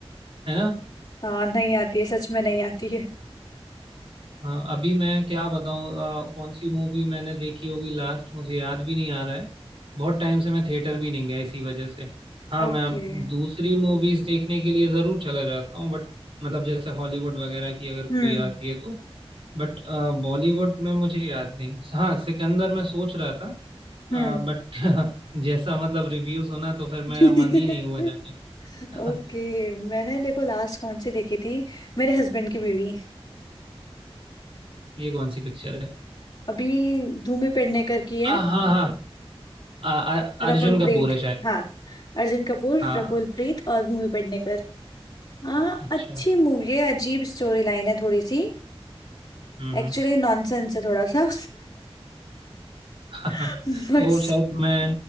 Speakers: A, on the right; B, on the left.
A: है ना
B: हाँ नहीं आती है सच में नहीं आती है
A: हाँ अभी मैं क्या बताऊँ अ, कौन सी मूवी मैंने देखी होगी लास्ट मुझे याद भी नहीं आ रहा है बहुत टाइम से मैं थिएटर भी नहीं गया इसी वजह से हाँ
B: ओके
A: मैं दूसरी मूवीज देखने के लिए ज़रूर चला जाता हूँ बट मतलब जैसे हॉलीवुड वगैरह की अगर कोई
B: हम्म
A: आती है तो बट बॉलीवुड में मुझे याद नहीं हाँ सिकंदर मैं सोच रहा था
B: हम्म
A: बट <laughs> जैसा मतलब रिव्यू सुना तो फिर मेरा
B: <laughs>
A: मन ही नहीं हुआ जाने का
B: ओके मैंने देखो लास्ट कौन सी देखी थी मेरे हस्बैंड की बीवी
A: <laughs> ये कौन सी पिक्चर है
B: अभी भूमि पेडनेकर की है
A: आ, हाँ हाँ आ, आ, अर्जुन
B: रकुल
A: कपूर
B: प्रीत
A: है शायद
B: हाँ अर्जुन कपूर
A: हाँ
B: रकुल प्रीत और भूमि पेडनेकर हाँ
A: अच्छा
B: अच्छी मूवी है अजीब स्टोरी लाइन है थोड़ी सी
A: हम्म
B: एक्चुअली नॉनसेंस है थोड़ा सा
A: हम्म
B: <laughs> बट
A: <laughs> वो शायद मैं